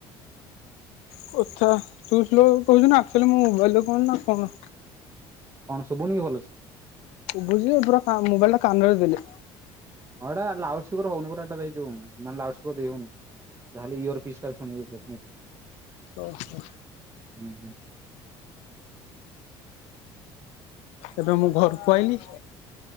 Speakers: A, on the left (about 80°); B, on the right (about 25°).
A: କଥା ତୁ ସ୍ଲୋ କହୁଚୁ ନା ଆକ୍ଚୋଲି ମୋ ମୋବାଇଲ ଟା କଣ ନା କଣ
B: କଣ ଶୁଭୁନି କି ଭଲ ସେ?
A: ବୁଝିଲେ ପୁରା କା ମୁବାଇଲ ଟା କାନରେ ଦେଲେ।
B: ହଁ ଏଟା ଲାଉଡ ସ୍ପିକର ହୋଉନି ପୁରା ଏଟାରେ ଇଏ ଯୋଉ ଲାଉଡ ସ୍ପିକର ଦେଇ ହୋଉନି। ତାହେଲେ ଇୟର ପିଷ୍ଟା ଶୁଣିବେ ଏଇସିନେ।
A: ଓହୋ।
B: ଉଁହୁଁ।
A: ଏବେ ମୁଁ ଘରକୁ ଆଇଲି